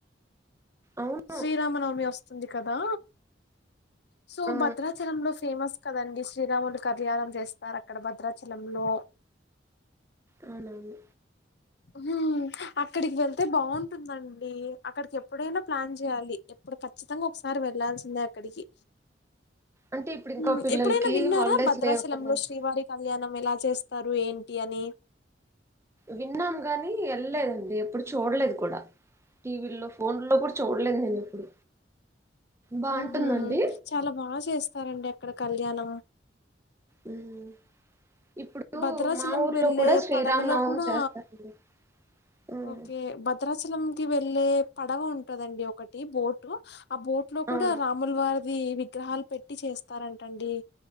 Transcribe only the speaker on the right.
అవును
ఆ
అవునండి
అంటే ఇప్పుడు ఇంకా
పిల్లలకి
హాలిడేస్
లేవు కదండి
విన్నాం గనీ ఎళ్లేదండి ఎప్పుడు చూడలేదు కూడా టీవీ లో ఫోన్ లో కూడా చూడలేదు నేను ఎప్పుడు బాగుంటుందండి
ఉమ్ ఇప్పుడు
మా ఊర్లో
కూడా శ్రీరామనవమి
చేస్తారండి ఉమ్,
అవును